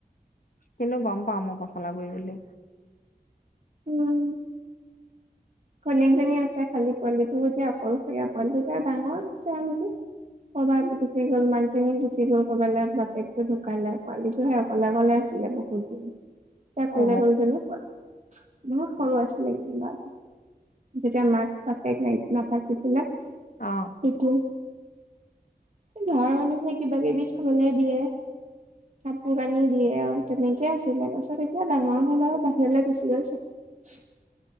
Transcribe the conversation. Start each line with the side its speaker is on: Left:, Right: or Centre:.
Left: কিন্তু গম পাও মই পচলা গুৰি বুলি।
Right: উম। ঘৈনিয়েকজনী আছে খালী, পোৱালিটো এতিয়া অকলশৰীয়া পোৱালিটো ডাঙৰ হৈছে আৰু নেকি? ক'ৰবাত গুচি গ'ল মানুহজনি গুচি গ'ল, ক'বাল বাপেকটো ঢুকালে, পোৱালীটোহে অকলে অকলে পলে বহুত দিন। ত
Left: অ
Right: কলে গ'ল জানো পোৱা, বহুত সৰু আছিলে কিন্তু। যেতিয়া মাক বাপেক নাই নাপাতিছিলে,
Left: অ
Right: সেইটো গাৱৰ মানুহে কিবা -কিবি খাবলৈ দিয়ে। কাপোৰ কানি -দিয়ে আৰু তেনেকে আছিলে তাৰ পিছত এতিয়া ডাঙৰ হ'ল আৰু বাহিৰলৈ গুচি গ'ল চ <unintelligible>